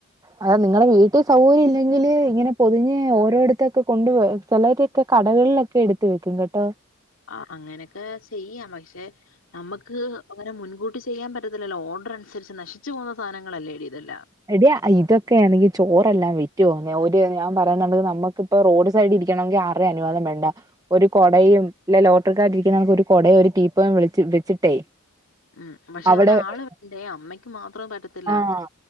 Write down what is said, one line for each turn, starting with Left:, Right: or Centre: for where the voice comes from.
Right: അത് നിങ്ങളുടെ വീട്ടിൽ സൗകര്യം ഇല്ലെങ്കില് ഇങ്ങനെ പൊതിഞ്ഞ് ഓരോടത്ത കൊണ്ട് പോയി, ചിലരൊക്കെ കടകളിലൊക്കെ എടുത്ത് വെക്കും കേട്ടോ.
Left: ആഹ് അങ്ങനെയൊക്കെ ചെയ്യാം. പക്ഷെ നമക്ക് അങ്ങനെ മുൻകൂട്ടി ചെയ്യാൻ പറ്റത്തില്ലല്ലോ. ഓർഡർ അനുസരിച്ച് നശിച്ചു പോകുന്ന സാധനങ്ങളല്ലേടി ഇതെല്ലാം.
Right: എടി. ഇതൊക്കെയാണെങ്കിൽ ചോറെല്ലാം വിറ്റു പോകുന്ന ഒരുര് ഞാൻ പറയുന്നുണ്ടെങ്കിൽ നമ്മുക്ക് ഇപ്പൊ റോഡ് സൈഡി ഇരിക്കണങ്കി ആരുടെയും അനുവാദം വേണ്ട ഒരു കുടയും ഇല്ല ലോട്ടറിക്കാർ ഇരിക്കുന്ന കണക്ക് ഒരു കുടയും ഒരു റ്റിപോയും വിളിച്ച് വെച്ചിട്ടേ
Left: ഉം പക്ഷെ
Right: അവിടെ
Left: അതിനാള് വേണ്ടേ അമ്മയ്ക്ക് മാത്രം അ പറ്റത്തില്ല
Right: ആഹ്